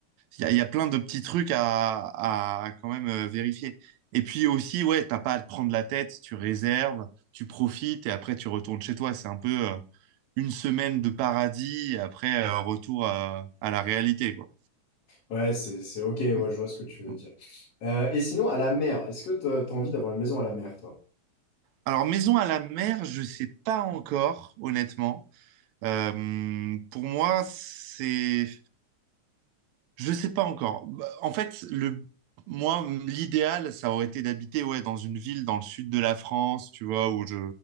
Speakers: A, on the right; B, on the left.
A: il y a, il y a plein de petits trucs à, à quand même euh, vérifier. Et puis aussi, ouais, t'as pas à te prendre la tête, tu réserves, tu profites et après tu retournes chez toi. C'est un peu euh, une semaine de paradis et après euh, retour à, à la réalité, quoi.
B: Ouais, c'est, c'est ok, ouais,
A: Mm,
B: je vois ce que tu veux
A: mm.
B: dire. Euh, et sinon, à la mer, est-ce que t'as t'as envie d'avoir une maison à la mer, toi?
A: Alors, maison à la mer, je sais pas encore, honnêtement. Euh, pour moi, c'est Je sais pas encore. Bah, En fait, le moi, l'idéal, ça aurait été d'habiter ouais, dans une ville dans le sud de la France, tu vois, où je,